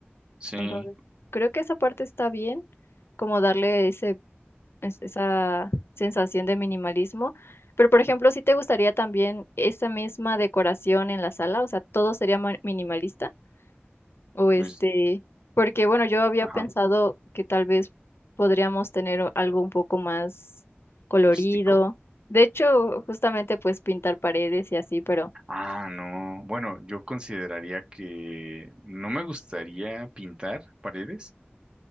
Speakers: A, on the right (about 25°); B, on the left (about 70°).
A: Sí,
B: Entonces, creo que esa parte está bien, como darle ese, es- esa sensación de minimalismo. Pero, por ejemplo, si te gustaría también esa misma decoración en la sala? O sea, ¿todo sería ma- minimalista? O este,
A: pues,
B: porque bueno, yo había
A: ajá,
B: pensado que tal vez podríamos tener o- algo un poco más colorido.
A: rústico.
B: De hecho, justamente pues pintar paredes y así, pero,
A: Ah, no. Bueno, yo consideraría que no me gustaría pintar paredes